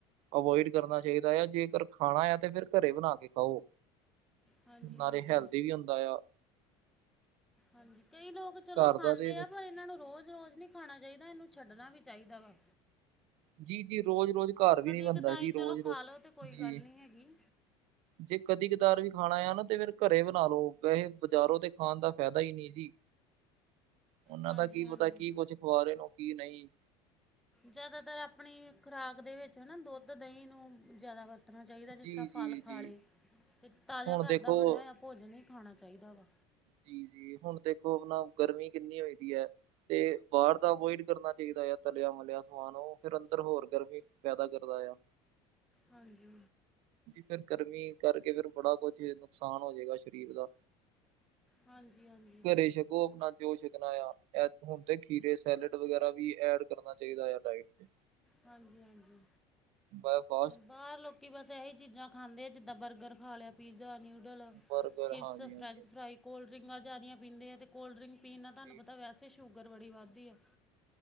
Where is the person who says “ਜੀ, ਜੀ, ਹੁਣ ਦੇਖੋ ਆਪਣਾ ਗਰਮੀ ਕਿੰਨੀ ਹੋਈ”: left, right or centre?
Right